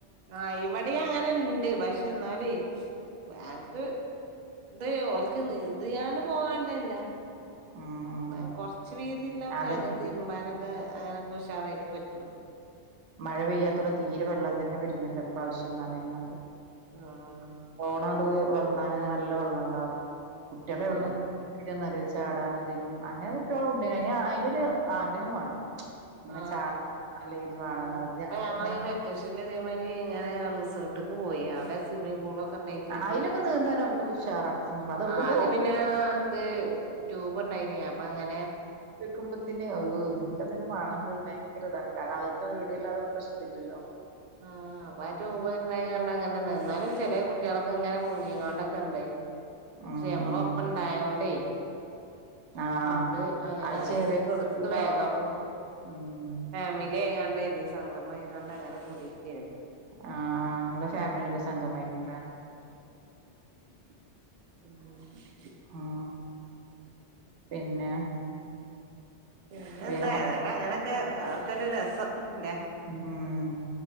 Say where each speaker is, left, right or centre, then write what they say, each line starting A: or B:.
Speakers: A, on the right; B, on the right.
A: ആ ഇവിടെയും അങ്ങനെ ഇണ്ട് പക്ഷെ എന്നാലുവെ അത് ഇത ഓലക്ക് നീന്തയാണ് പോകാനല്ല
B: ഉം ഉം
A: എന്ന കൊറച്ച് വീതി ല്ലക്കെയാണ്
B: അതന്നെ
A: തിരുമ്പാനൊക്കെ അങ്ങനെയൊക്കെ ഉഷാറായിട്ട് പറ്റും
B: മഴ പെയ്യാത്തോടെ തീരെ വെള്ളം തന്നെ വരുന്നില്ല ഈ പ്രാവിശ്യം നറയുല്ല
A: ആഹ്
B: ന്നാത് വന്നാല് നല്ല വെള്ളം ഉണ്ടാവും കുട്ടികളെ
A: ആഹ്
B: എവിടന്ന് ചാടാനും നിന്താനും അങ്ങനെ കുട്ടികളും ഉണ്ട് അന് അതിനൊരു ആഗ്രഹം വേണം ഇങ്ങനെ
A: ആ
B: ചാടാൻ നല്ല ഇത് വേണംന്നുള്ളത്
A: അപ്പൊ
B: അപ്പ
A: ഞങ്ങള്
B: ഇങ്ങനെ
A: ഈ വെക്കേഷൻ പിന്നെ അതേമാതിരി ഇങ്ങനെ റിസോർട്ട് പോയി അവിടെ സ്വിമ്മിംഗ് പൂളൊക്കെ ക്കെയുണ്ടായിട്ടെ
B: അയിലൊക്കെ നീന്താൻ അവർക്ക് ഉഷാറാണ് സ്വിമ്മിംഗ് അത് എവിടേക്കും
A: ആ അതു
B: പോവില്ല
A: പിന്നെ ഇത് ട്യൂബ് ണ്ടായിനി അപ്പ അങ്ങനെ
B: വെക്കുമ്പത്തിനേ അൾ എനിക്കതിന്റെ മാണം
A: ആഹ്
B: വതാണ് കാരണം അവർക്ക് വീടില്ല അതത് പ്രശ്ന ഇല്ലല്ലോ
A: ആ അപ്പൊ റ്റുബ് ഉണ്ടായ കൊണ്ടങ്ങനെ എന്നാലും ചില കു കുട്ടികളക്കെ ഇങ്ങനെ മുങ്ങിയ കൊണ്ടൊക്കെ ഉണ്ടായി പക്ഷെ
B: ഉം
A: നമ്മള്
B: ഉം
A: ഒപ്പം ഇണ്ടായകൊണ്ടേ
B: ആഹ്
A: കണ്ട് അങ്ങനെ
B: അത് ചെറിയ
A: എടുത്ത്
B: ഇതാവുമ്പോ
A: വേഗം
B: ഉം
A: ഫാമിലി ആയക്കൊണ്ടരുന്നു സംഗമ ആയുണ്ട് അങ്ങനെ കൂടിയിരിക്കുകയായിരുന്നു
B: ആ നിങ്ങടെ ഫാമിലിന്റെ സംഘമായിരിക്കല്ലേ
A: ഉഹ
B: ആ പിന്നെ
A: പിന്നെ
B: വീരമ
A: എന്താ അതല്ല അങ്ങനെയൊക്കെ ആക്കെ ഒരു രസംല്ലേ
B: ഉം